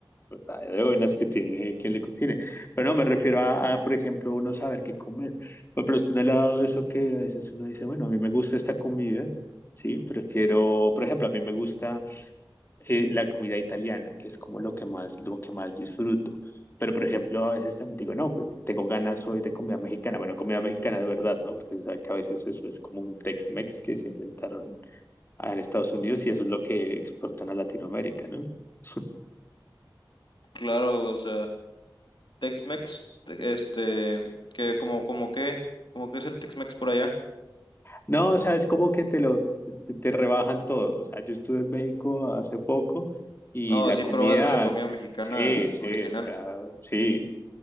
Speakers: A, on the left; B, on the left.
A: Pues hay de buenas que tiene quien le cocine. Pero no, me refiero a, a, por ejemplo, uno saber qué comer. Bueno, Pero usted no le ha dado eso que a veces uno dice, bueno, a mí me gusta esta comida, ¿sí? Prefiero, por ejemplo, a mí me gusta eh, la comida italiana, que es como lo que más, lo que más disfruto. Pero, por ejemplo, a veces también digo, no, pues tengo ganas hoy de comida mexicana. Bueno, comida mexicana de verdad, ¿no? Porque se sabe que a veces eso es como un Tex-Mex que se inventaron ah, en Estados Unidos y eso es lo que exportan a Latinoamérica, ¿no? <laughs>
B: Claro, o sea, Tex-Mex, te- este, que como, como qué, como qué es el Tex-Mex por allá.
A: No, o sea, es como que te lo te, te rebajan todo. O sea, yo estuve en México hace poco y
B: Oh,
A: la
B: sí
A: comida,
B: probaste la comida mexicana
A: sí, sí,
B: original.
A: o sea, sí.